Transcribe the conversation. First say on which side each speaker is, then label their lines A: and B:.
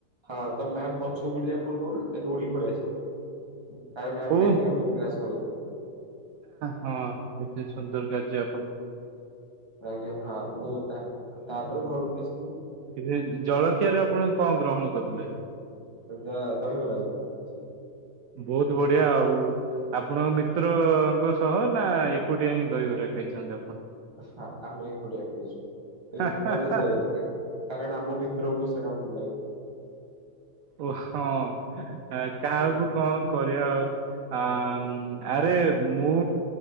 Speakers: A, on the right (about 15°); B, on the right (about 70°).
A: ହଁ ତ ମ୍ୟାମ ପଛକୁ ବୁଲିବା ପୂର୍ବରୁ ଆମେ ଦୌଡିକି ପଳେଇ ଆସିବୁ। କାଳେ ମ୍ୟାମ
B: ଓ
A: ଡାକି ଆମକୁ କ୍ଲାସ କରିିବେ?
B: ହଁ ହେଛି ସୁନ୍ଦର ଗାଜିପଣ
A: ଆଜ୍ଞା ହଁ ମୁଁ ତା ତାପରେ ଘରୁକୁ ଆସିଲି।
B: ତେବେ ଜଳଖିଆରେ ଆପଣ କଣ ଗ୍ରହଣ କରଥିଲେ?
A: ଦ-ଦହିବରା ଜ
B: ବହୁତ ବଢିଆ ଆଉ ଆପଣଙ୍କ ମିତ୍ରଙ୍କ ସହ ନା ଏକୁଟିଆ ହିଁ ଦହିବରା ଖାଇଛନ୍ତି
A: ହଁ ଆମେ ଏକୁଟିଆ ଖାଇଛୁ।
B: ଆପଣ?
A: ଏ ଯୋଉ କଲେଜ ଜାଗାରେ କାରଣ ଆମ ମିତ୍ରଙ୍କୁ ସେଇଟା ଭଲ ଲାଗେ।
B: ଓହଁ କାହାକୁ
A: ହୁଁ
B: କଣ କରିବା ଆଉ ଆ ଆରେ ମୁଁ